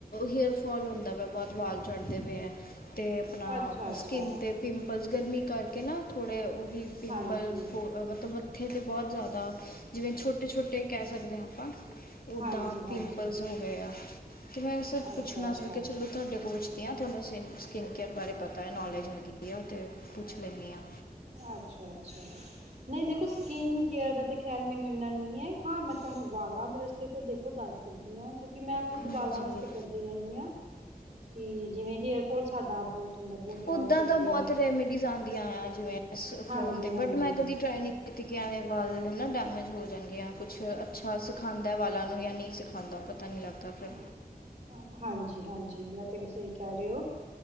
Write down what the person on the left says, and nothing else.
ਹੇਅਰ ਫੋਲ ਹੁੰਦਾ ਪਿਆ ਬਹੁਤ ਵਾਲ ਚੜ੍ਹਦੇ ਪਏ ਐ ਤੇ ਆਪਣਾ
ਸਕਿੰਨ ਤੇ ਪਿੰਪਲਸ ਗਰਮੀ ਕਰਕੇ ਨਾ ਥੋੜ੍ਹੇ ਉਹ ਵੀ ਪਿੰਪਲ
ਫੋ ਮਤਲਬ ਤੇ ਮੱਥੇ 'ਤੇ ਬਹੁਤ ਜ਼ਿਆਦਾ ਜਿਵੇਂ ਛੋਟੇ ਛੋਟੇ ਕਹਿ ਸਕਦੇ ਆ ਆ ਓਦਾਂ
ਪਿੰਪਲਸ ਹੋ ਗਏ ਆ ਤੇ ਮੈਂ
ਪੁੱਛਣਾ
ਸੀ ਕਿ ਚਲੋ ਤੁਹਾਡੇ ਤੋਂ ਪੁੱਛਦੇ ਆ ਤੁਹਾਨੂੰ ਸਿ ਸਕਿੰਨ ਕੇਅਰ ਬਾਰੇ ਪਤਾ ਏ ਨੌਲੇਜ ਹੈਗੀ ਆ ਉਹ ਅਤੇ ਪੁੱਛ ਲੈਂਣੀ ਆ
ਹਾਂਜੀ
ਓਦਾਂ
ਤਾਂ ਬਹੁਤ
ਰੈਮੀਡੀਜ਼ ਆਂਦੀਆਂ ਜਿਵੇਂ
ਫੋਨ ਤੇ ਬਟ ਮੈਂ ਕਦੀ ਟਰਾਏ ਨੀ ਤਕੀਆਂ ਵੱਲੋ ਹਨਾ ਡੈਮੇਜ ਹੋ ਜਾਂਣਗੀਆਂ ਕੁਛ ਅੱਛਾ ਸਿਖਾਂਦਾ ਵਾਲਾ ਨ <unintelligible> ਪਤਾ ਨੀ ਲੱਗਦਾ ਫਿਰ